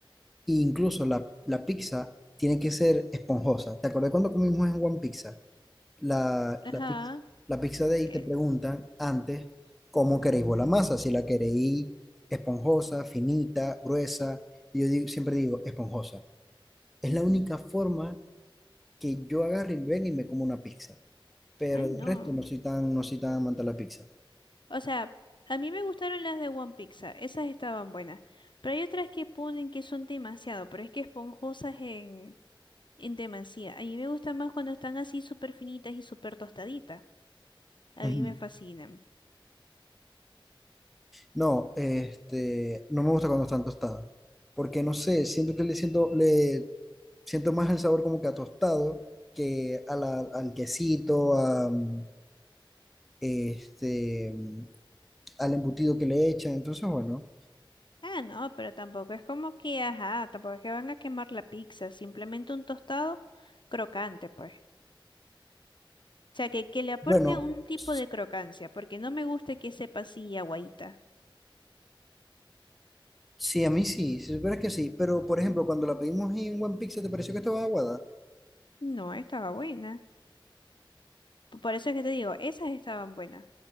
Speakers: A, in the centre; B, on the left (about 60°).
A: incluso la, la pizza tiene que ser esponjosa. ¿Te acordás cuando comimos en One Pizza? La,
B: Ajá.
A: la pizza, la pizza de ahí
B: Eh,
A: te preguntan antes cómo queréis vos la masa, si la queréis esponjosa, finita, gruesa. Y yo di- siempre digo esponjosa. Es
B: Ujú.
A: la única forma que yo agarre y ven y me como una pizza. pero
B: Ay,
A: de
B: no.
A: resto no soy tan, no soy tan amante de la pizza.
B: O sea, a mí me gustaron las de One Pizza, esas estaban buenas. Pero hay otras que ponen que son demasiado, pero es que esponjosas en, en demasía. A mí me gustan más cuando están así súper finitas y súper tostaditas. A
A: <laughs> Ujú.
B: mí me fascinan.
A: No, este, no me gusta cuando están tostadas, porque no sé, siento que le siento, le siento más el sabor como que a tostado que a la- al quesito, a, mm, este, mm, al embutido que le echan, entonces bueno,
B: Ah, no, pero tampoco es como que, ajá, tampoco es que van a quemar la pizza, simplemente un tostado crocante, pues. O sea, que, que le aporte
A: bueno,
B: un tipo
A: s-
B: de crocancia, porque no me gusta que sepa así aguadita.
A: sí, a mí sí, si supieras que sí, pero por ejemplo, cuando la pedimos en One Pizza, ¿te pareció que estaba aguada?
B: No, estaba buena. P- Por eso es que te digo, esas estaban buenas,